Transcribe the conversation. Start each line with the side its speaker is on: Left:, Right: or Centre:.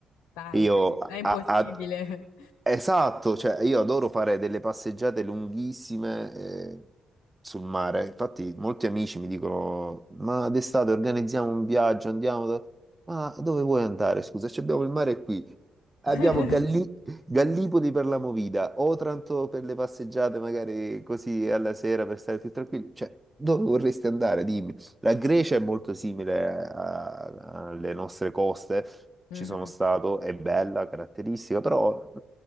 Left: dai,
Right: io a,
Left: è, è impossibile.
Right: a- Esatto, cioè io adoro fare delle passeggiate lunghissime eh, sul mare. Infatti, molti amici mi dicono: Ma d'estate organizziamo un viaggio, andiamo. da-" Ma dove vuoi andare? Scusa, ci abbiamo il mare qui.
Left: <laughs>
Right: Abbiamo Galli- Gallipoli per la movida, Otranto per le passeggiate, magari così alla sera per stare più tranquilli. Cioè, dove vorresti andare? Dimmi. La Grecia è molto simile a- alle nostre coste
Left: Mhm.
Right: ci sono stato, è bella, caratteristica, però mh,